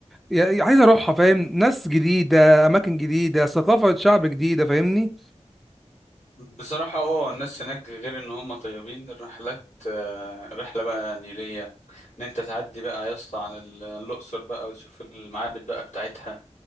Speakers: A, in the centre; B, on the left.
A: يعني عايز اروحها فاهم ناس جديده اماكن جديده ثقافه شعب جديده فاهمني
B: بصراحة اه الناس هناك غير ان هم طيبين الرحلات آه، رحلة بقى نيلية ان انت تعدي بقى يا اسطى على ال- الاقصر بقى وتشوف المعابد بقى بتاعتها